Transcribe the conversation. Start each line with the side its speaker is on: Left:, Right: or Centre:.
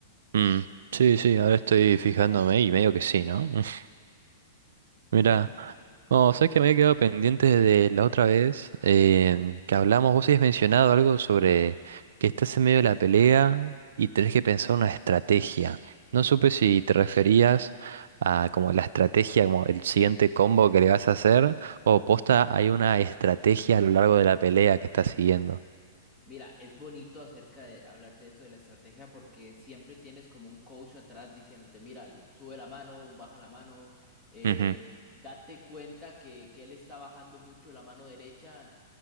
Right: mm. Sí, sí, ahora estoy fijándome y medio que sí, ¿no? <laughs>
Centre: <laughs>
Right: Mira, no, sabes que me había quedado pendiente de la otra vez em, que hablamos. Vos habías mencionado algo sobre que estás en medio de la pelea y tenés que pensar una estrategia. No supe si te referías a como la estrategia, como el siguiente combo que le vas a hacer, o posta hay una estrategia a lo largo de la pelea que estás siguiendo.
Centre: Mira, es bonito acerca de hablar de eso de la estrategia porque siempre tienes como un coach atrás diciéndote, mira, l- sube la mano, baja la mano, eh,
Right: Ujú,
Centre: date cuenta que, que él está bajando mucho la mano derecha,